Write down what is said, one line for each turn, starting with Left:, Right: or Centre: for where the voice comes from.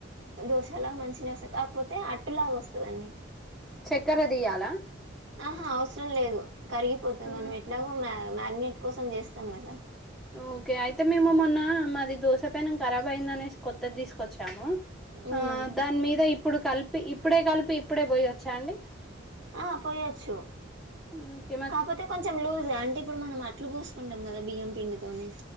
Right: దోశాలా మంచినే వస్తయి కాకపోతే అట్టు లాగ వస్తదండి
Centre: చక్కర తీయాలా
Right: ఆహ అవసరం లేదు కరిగిపోతది
Centre: ఆ!
Right: మనం ఎట్లాగో మ్యార్నేట్ కోసం చేస్తాం కదా
Centre: ఓకే అయితే మేము మొన్న మాది దోశ పెనం ఖరాబ్ అయిందనేసి కొత్తది తీసుకొచ్చాము
Right: ఉమ్
Centre: ఆ దాని మీద ఇప్పుడు కలిపి ఇప్పుడే కలిపి ఇప్పుడే పోయొచ్చా అండి
Right: ఆ పోయొచ్చు
Centre: హ్మ్
Right: కాపోతే కొంచెం లూజ్ అంటే ఇప్పుడు మనం అట్లు పోసుకుంటాం కదా బియ్యం పిండితోని